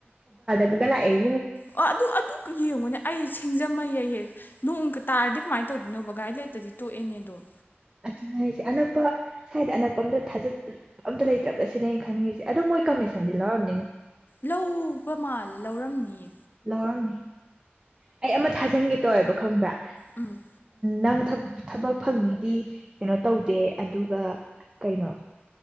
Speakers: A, on the right (about 20°); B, on the left (about 50°).
A: ꯒꯦꯂ ꯑꯩ
B: ꯑꯣ ꯑꯗꯨ ꯑꯗꯨ ꯌꯦꯡꯉꯨꯅꯦ ꯑꯩ ꯁꯤꯡꯖꯃꯩꯌꯦ ꯅꯣꯡ ꯇꯥꯔꯗꯤ ꯀꯃꯥꯏꯅ ꯇꯧꯗꯣꯏꯅꯣꯕ ꯒꯥꯏꯗꯂꯥꯏꯟꯠꯇꯗꯤ ꯇꯣꯛꯑꯦꯅꯦ ꯑꯗꯨꯝ
A: ꯑꯗꯨꯅ ꯑꯩꯁꯦ ꯑꯅꯛꯄ ꯁ꯭ꯋꯥꯏꯗ ꯑꯅꯛꯄ ꯑꯝꯇ ꯊꯥꯖꯠ ꯑꯝꯇ ꯂꯩꯇꯕꯁꯤꯅꯦꯅ ꯈꯟꯅꯤꯡꯉꯁꯦ ꯑꯗꯣ ꯃꯣꯏ ꯀꯃꯦꯁꯟꯗꯤ ꯂꯧꯔꯝꯅꯤꯉꯣ
B: ꯂꯧꯕ ꯃꯥꯜꯂꯦ ꯂꯧꯔꯝꯅꯤꯌꯦ
A: ꯂꯧꯔꯝꯅꯤ ꯑꯩ ꯑꯃ ꯊꯥꯖꯟꯒꯦ ꯇꯧꯋꯦꯕ ꯈꯪꯕ꯭ꯔꯥ
B: ꯎꯝ
A: ꯅꯪ ꯊꯕꯛ ꯐꯪꯅꯤꯗꯤ ꯀꯩꯅꯣ ꯇꯧꯗꯦ ꯑꯗꯨꯒ ꯀꯩꯅꯣ